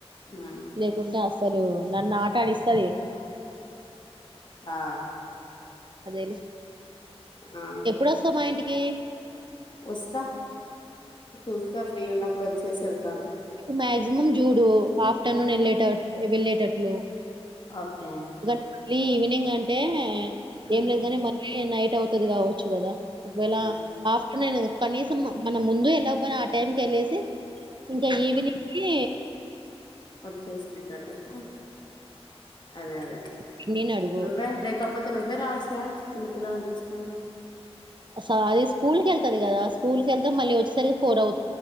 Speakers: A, on the left; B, on the right.
A: హ్మ్.
B: లేకుంటే వస్త అసలు నన్ను ఆటాడిస్తది
A: ఆ
B: అదేలే
A: మ్
B: ఎప్పుడొస్తావ్ మా ఇంటికి
A: ఒస్త సూస్త ఫ్రీ ఉన్నప్పుడు చేసెల్
B: మాక్సిమం జూడు ఆఫ్టర్నూన్ వెళ్ళేట వెళ్ళేటట్లు
A: ఓకే.
B: ఎందుకంటే మళ్ళీ ఈవినింగ్ అంటే
A: హ్మ్.
B: ఏం లేదు కాని మళ్ళీ నైట్ ట్ అవుతుది గావచ్చు గదా ఒకవేళ
A: అదే.
B: ఆఫ్టర్నూన్ కనీసం మన ముందు ఎలా ఆ టైమ్ కేలేసి ఇంకా ఈవినింగ్ ఈ
A: చ్చేసిన్నట్టయితే అదే అదే
B: పిన్నినడుగు.
A: నువ్వే లేకపోతే నువ్వే రావచ్చుుగ చిన్న పిలల్ల్ని తీ స్తాను
B: అస అది స్కూల్ క ఎళ్తుది కదా స్కూల్ క వెళ్తే మళ్ళీ వచ్చేసరికి ఫోర్ అవు